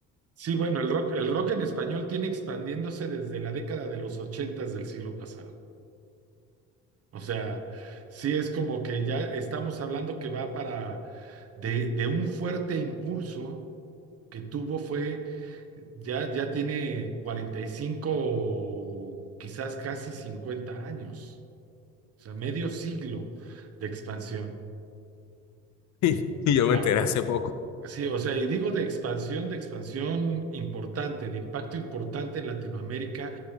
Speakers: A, on the right; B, on the left.
A: Sí, bueno, el rock, el rock en español tiene expandiéndose desde la década de los ochentas del siglo pasado. O sea, sí es como que ya estamos hablando que va para de, de un fuerte impulso que tuvo fue, ya, ya tiene 45, o quizás casi 50 años, o sea, medio siglo de expansión.
B: <laughs> Y yo
A: Ah,
B: me enteré hace poco.
A: sí, o sea, y digo de expansión, de expansión importante, de impacto importante en Latinoamérica